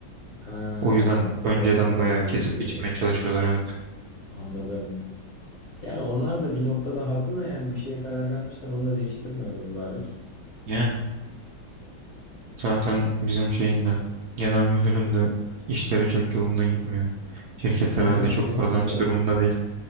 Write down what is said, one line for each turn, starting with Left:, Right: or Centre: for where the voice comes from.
Left: Ha,
Right: O yüzden önceden
Left: ona da sınırlama
Right: bayağı kesip
Left: getiriliyor.
Right: biçmeye çalışıyorlar evet.
Left: Anladım. Yani onlar da bir noktada haklı da yani bir şeye karar vermişsen onu da değiştirme be mübarek.
Right: Yani. Zaten bizim şeyin de genel müdürün de işleri çok yolunda gitmiyor. Şirket
Left: Niye?
Right: herhalde çok
Left: Ne sıkıntı
Right: kazanç
Left: var?
Right: durumunda değil.